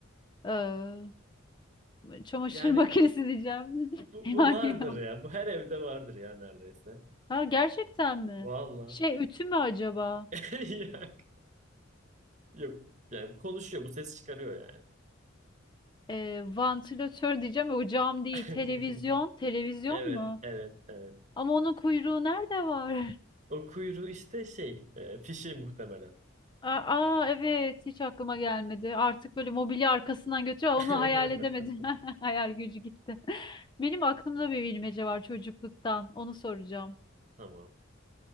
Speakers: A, on the left (about 25°); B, on the right (about 35°).
A: Ee, çamaşır
B: Yani
A: <laughs> makinesi diyeceğim. <laughs>
B: bu,
A: Yani
B: bu vardır
A: o.
B: ya. Bu her evde vardır ya neredeyse.
A: ha gerçekten mi?
B: Valla.
A: Şey ütü mü acaba?
B: <laughs> Yok. Yok. Yani konuşuyor. Bu ses çıkarıyor yani.
A: e, vantilatör diyeceğim. O cam değil.
B: <laughs>
A: Televizyon. Televizyon
B: Evet,
A: mu?
B: evet, evet.
A: Ama onun kuyruğu nerede var? <laughs>
B: O kuyruğu işte şey, e, fişi muhtemelen.
A: Aa, aa, evet hiç aklıma gelmedi. Artık böyle mobilya arkasından götürüyor. Onu
B: <laughs>
A: hayal edemedim. <laughs> Hayal gücü gitti. <laughs> Benim aklımda bir bilmece var çocukluktan. Onu soracağım.
B: Tamam.